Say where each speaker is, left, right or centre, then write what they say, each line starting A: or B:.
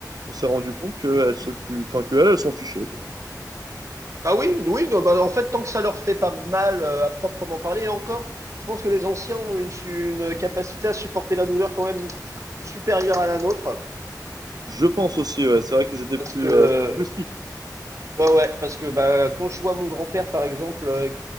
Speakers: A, on the right; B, on the right.
A: on s'est rendu compte qu'elle s'occupe, enfin, qu'elle, elle s'en fichait, quoi.
B: Ah oui, oui, non, bah, en fait, tant que ça leur fait pas mal euh, à proprement parler, et encore, je pense que les anciens ont une, su- une capacité à supporter la douleur quand même supérieure à la nôtre.
A: Je pense aussi, ouais, c'est vrai qu'ils étaient
B: Parce
A: plus,
B: que, euh,
A: euh, plus rustiques.
B: bah ouais, parce que bah, quand je vois mon grand-père, par exemple, euh,